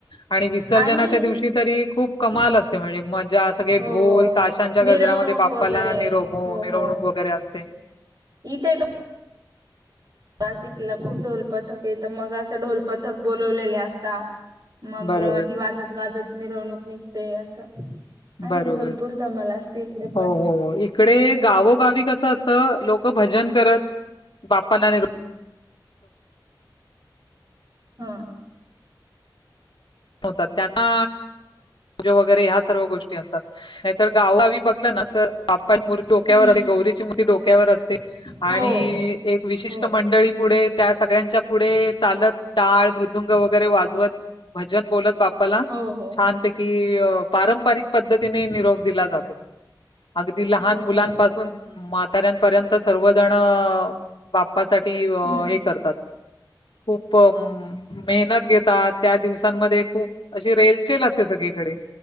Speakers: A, on the left (about 80°); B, on the right (about 65°).
A: आणि विसर्जनाच्या
B: आणि
A: दिवशी तरी खूप कमाल असते म्हणजे मजा असते. सगळे
B: हो
A: ढोल
B: हो
A: ताशांच्या गजरामध्ये
B: मिरवणूक
A: बाप्पाला
B: वगैरे
A: निरव
B: हो
A: मिरवणूक
B: हो
A: वगैरे असते.
B: इथे ढो नासिकला खूप ढोल पथक ये त मग असं ढोल पथक बोलवलेले असता.. मग
A: बरोबर,
B: ती वाजत गाजत मिरवणूक निघते अस. आहेत
A: बरोबर.
B: भरपूर धमाला असते इकडे
A: हो,
B: पण.
A: हो. हो. इकडे गावोगावी कसं असतं लोकं भजन करत बाप्पाला निरोप
B: हा.
A: त त्यांना, वगैरे ह्या सर्व गोष्टी असतात नाहीतर गावगावी बघल ना तर बाप्पा मूर्ती- डोक्यावर
B: हम्म
A: अस गौरीची मूर्ती डोक्यावर असते
B: हो
A: आणि एक विशिष्ट
B: हो
A: मंडळी पुढे त्या सगळ्यांच्या पुढे चालत टाळ मृदुंग वगैरे वाजवत. भजन बोलत बाप्पाला
B: हो हो
A: छानपैकी.
B: हो
A: ही पारंपरिक पद्धतीने निरोप दिला जातो. अगदी लहान
B: हो
A: मुलांपासून
B: हो
A: म्हाताऱ्यांपर्यंत सर्वजण बाप्पासाठी
B: हम्म
A: हे करतात खूप मेहनत घेत ता त्या दिवसांमध्ये खूप अशी रेलचेल असते सगळीकडे.